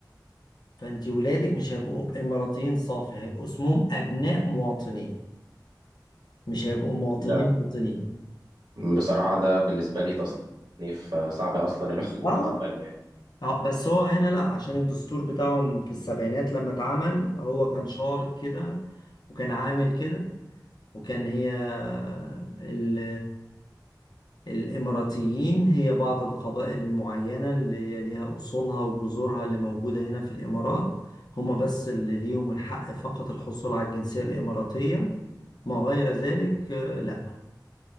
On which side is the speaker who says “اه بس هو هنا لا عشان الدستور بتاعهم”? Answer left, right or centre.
Left